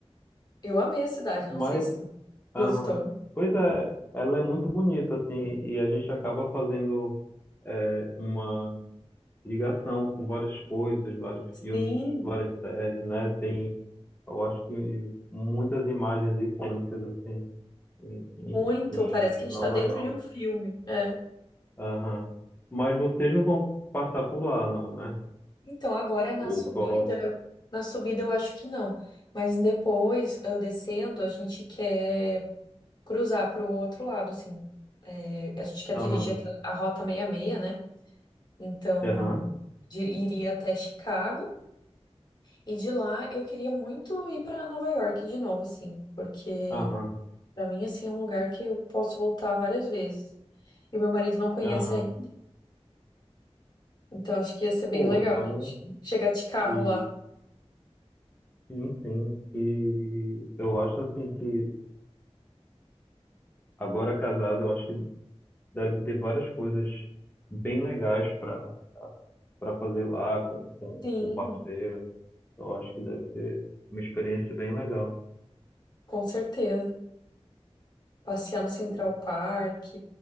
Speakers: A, on the left; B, on the left.
A: Eu amei a cidade, não
B: Mas,
A: sei se tu gostou.
B: aham. Pois é, ela é muito bonita, assim, e a gente acaba fazendo é, uma ligação com várias coisas, vários
A: Sim,
B: filmes, várias séries, né? Tem, eu acho que muitas imagens icônicas, assim, em, em
A: muito,
B: em
A: parece que a
B: Nova
A: gente tá dentro
B: York.
A: de um filme. É.
B: Aham. Mas vocês não vão passar por lá, não, né?
A: Então, agora na
B: O
A: subida,
B: Coró.
A: eu- na subida eu acho que não, mas depois, eu descendo, a gente quer cruzar para o outro lado, assim. É, a gente quer
B: Aham.
A: dirigir aquela, a Rota 66, né? Então,
B: Aham.
A: di- iria até Chicago e de lá eu queria muito ir para Nova York de novo, assim, porque
B: Aham.
A: para mim assim é um lugar que eu posso voltar várias vezes. E meu marido não conhece
B: Aham.
A: ainda, então acho que ia ser bem
B: Pô,
A: legal
B: então.
A: a gente chegar de carro
B: E
A: lá.
B: sim, sim. E eu acho assim que agora casado, eu acho que deve ter várias coisas bem legais para para fazer lá com, com
A: Sim,
B: o parceiro. Eu acho que deve ser uma experiência bem legal.
A: com certeza. Passear no Central
B: Pô.
A: Park,